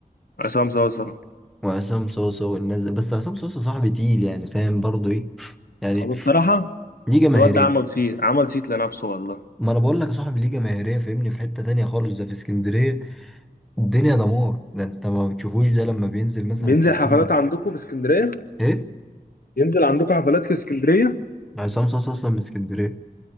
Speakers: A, on the left (about 70°); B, in the centre.
A: عصام صاصا
B: وعصام صوصة والناس دي. بس عصام صوصة صاحبي تقيل يعني فاهم برضه ايه يعني
A: هو بصراحة
B: ليه جماهيريه
A: الواد ده عمل صيت عمل صيت لنفسه والله
B: ما انا بقول لك يا صاحبي ليه جماهيريه فاهمني في حته تانية خالص ده في اسكندريه الدنيا دمار ده انت ما بتشوفوش ده لما بينزل مثلا
A: بينزل
B: في مكان
A: حفلات عندكم في اسكندرية
B: ايه
A: ينزل عندكم حفلات في اسكندرية
B: عصام صاصا اصلا من اسكندريه